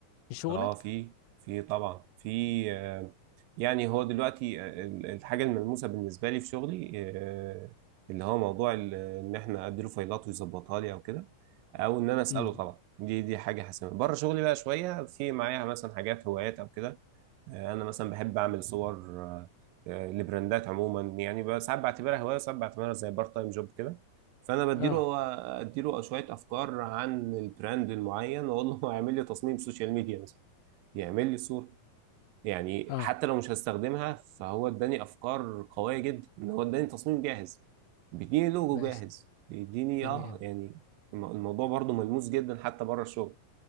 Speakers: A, on the left; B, on the right.
A: في شغلك
B: اه في في طبعا في آه، يعني هو دلوقتي آه، ال- الحاجه الملموسه بالنسبه لي في شغلي آه، اللي هو موضوع ال- ان احنا اديله فايلات ويظبطها لي او كده او ان انا اساله
A: امم
B: طبعا دي دي حاجه حاسمه بره شغلي بقى شويه في معايا مثلا حاجات هوايات او كده انا مثلا بحب اعمل صور آه، آه، لبراندات عموما يعني ب- ساعات بعتبرها هوايه وساعات بعتبرها زي بارت تايم جوب كده فانا بديله
A: اه
B: اديله شويه افكار عن البراند المعين واقول له <laughs> اعمل لي تصميم سوشيال ميديا مثلا يعمل لي صوره يعني
A: اه
B: حتى لو مش هستخدمها فهو اداني افكار قويه جدا ان هو اداني تصميم جاهز بيديني لوجو
A: بس
B: جاهز بيديني
A: تمام
B: اه يعني الم- الموضوع برضو ملموس جدا حتى بره الشغل